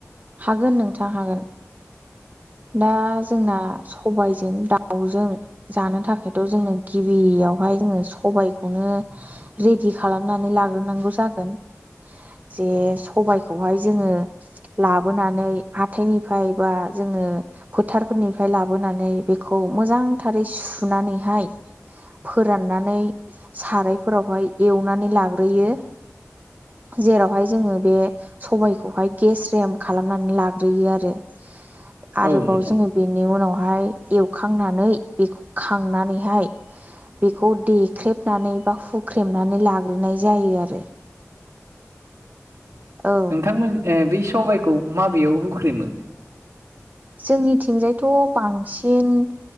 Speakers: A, on the right (about 30°); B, on the right (about 75°).
A: हागोन नोंथां हागोन। दा जोंना सबाइजों दाउजों जानो थाखायथ' जोंनो गिबियाव बेहाय जोङो सबाइखौनो रेडि खालामनानै लाग्रोनांगौ जागोन। जे सबायखौहाय जोङो लाबोनानै हाथायनिफ्राय बा जोङो फोथारफोरनि लाबोनानै बेखौ मोजांथारै सुनानैहाय फोराननानै सारायफोरावहाय एवनानै लाग्रोयो। जेरावहाय जोङो बे सबायखौहाय गेस्रेम खालामनानै लाग्रोयो आरो आरोबाव
B: औ नोंथां
A: जोङो बेनि उनाव हाय एवखांनानै बेखौ खांनानैहाय बेखौ देख्रेबनानै बा हुख्रेमनानै लाग्रोनाय जायो आरो। औ
B: नोंथांमोन ए बे सबायखौ माबेयाव होख्रेमो
A: जोंनिथिंजायथ' बांसिन सिन